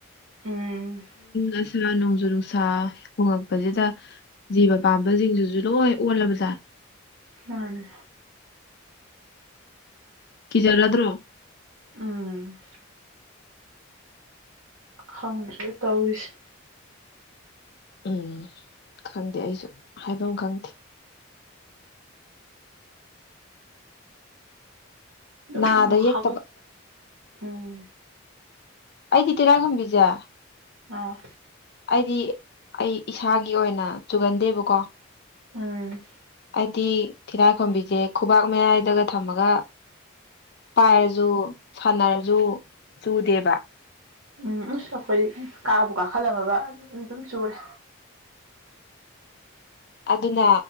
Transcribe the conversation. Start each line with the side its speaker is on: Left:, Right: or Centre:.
Right: ꯎꯝ
Left: ꯑꯍꯁꯥ ꯅꯧꯖꯅ ꯎꯁꯥ ꯍꯣꯡꯉꯛꯄꯁꯤꯗ ꯖꯤꯕ ꯄꯥꯝꯕꯁꯤꯡꯁꯤꯁꯨ ꯂꯣꯏ ꯑꯣꯜꯂꯕꯖꯥꯠꯅꯤ
Right: ꯑꯅꯦ
Left: ꯀ ꯔꯨꯔꯗ꯭ꯔꯣ
Right: ꯎꯝ ꯈꯪꯉꯁ꯭ꯔꯦ ꯇꯧꯔꯤꯁꯦ
Left: ꯎꯝ ꯈꯪꯗꯦ ꯑꯩꯁꯨ ꯍꯥꯏꯐꯝ ꯈꯪꯗꯦ
Right: ꯑꯗꯨꯝ
Left: ꯅꯥꯗ ꯌꯦꯛꯇꯕ
Right: ꯍꯥꯒꯠꯆ ꯎꯝ
Left: ꯑꯩꯗꯤ ꯇꯤꯂꯥꯏꯈꯨꯝꯕꯤꯖꯦ
Right: ꯑꯥ
Left: ꯑꯩꯗꯤ ꯑꯩ ꯏꯁꯥꯒꯤ ꯑꯣꯏꯅ ꯆꯨꯒꯟꯗꯦꯕꯀꯣ꯫
Right: ꯎꯝ
Left: ꯍꯥꯏꯗꯤ ꯊꯤꯂꯥꯏꯈꯣꯝꯕꯤꯁꯦ ꯈꯨꯕꯥꯛ ꯃꯌꯥꯏꯗꯒ ꯊꯝꯃꯒ ꯄꯥꯏꯔ ꯖꯨ ꯁꯥꯟꯅꯔ ꯖꯨ ꯆꯨꯗꯦꯕ
Right: ꯎꯝ ꯑꯁ ꯑꯩꯈꯣꯏ ꯀꯥꯕꯨ ꯀꯥꯈꯠꯂꯝꯃꯕ ꯑꯗꯨꯝ ꯆꯨꯔꯦ꯫
Left: ꯑꯗꯨꯅ